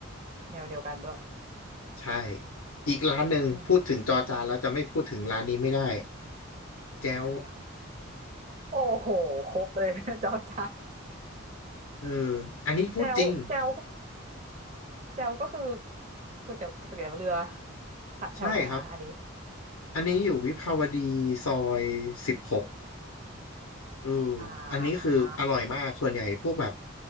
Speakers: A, on the right (about 35°); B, on the left (about 80°).
A: แนวเดียวกันด้วย
B: ใช่อีกร้านหนึ่งพูดถึงจอจานแล้วจะไม่พูดถึงร้านนี้ไม่ได้
A: อืม
B: แจ้ว
A: อะไรอ่ะโอ้โหครบเลย <laughs> จอจาน <laughs>
B: เอออันนี้พูดจริง
A: แจวแจว เจลก็คือก๋วยเตี๋ยวก๋วยเตี๋ยวเรือค่ะแถวไหนคะอันนี้
B: ใช่ครับ อันนี้อยู่วิภาวดีซอยสิบหกเออ
A: อ่
B: อันนี้คืออร่อยมากส่วนใหญ่พวกแบบ
A: า